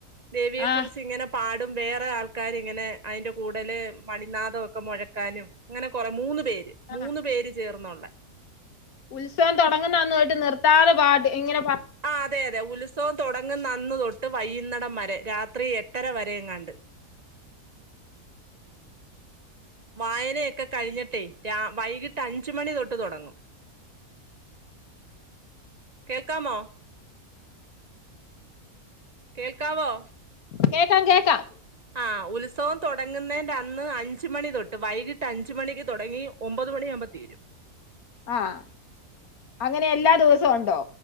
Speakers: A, on the right; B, on the left.
A: ദേവിയെ
B: ആ
A: കുറിച്ച് ഇങ്ങനെ. പാടും വേറെ ആൾക്കാരി ഇങ്ങനെ അതിന്റെ കൂടുല് മണിനാഥംക്കെ മുഴക്കാനും. അങ്ങനെ കൊറേ മൂന്ന് പേര്
B: ആ
A: മൂന്ന് പേര് ചേർന്നള്ള
B: ഉത്സവം തുടങ്ങുന്നതന്ന പോയിട്ട് നിർത്താത പാട് ഇങ്ങനെ.
A: ആഹ് അതെ അതെ ഉത്സവം തുടങ്ങന്ന അന്ന് തൊട്ട് വൈ്യുന്നിടം വരെ രാത്രി എട്ടര വരെയങ്ങാണ്ട്. വായനയൊക്കെ കഴിഞ്ഞട്ടെ രാ വൈകിട്ട് അഞ്ചുമണി തൊട്ട് തുടങ്ങും. കേൾക്കാമോ? കേൾക്കാവോ?
B: കേക്കാം കേക്കാം.
A: ആഹ് ഉത്സവം തുടങ്ങുന്നതിന്റെ അന്ന് അഞജ്‌ മണി തൊട്ട് വൈകിട്ട് അഞ്ച മണിക്ക് തുടങ്ങി. ഒമ്പത് മണിയാവുമ്പോ തിരും.
B: ആഹ് അങ്ങനെ എല്ലാ ദിവസവും ഉണ്ടോ.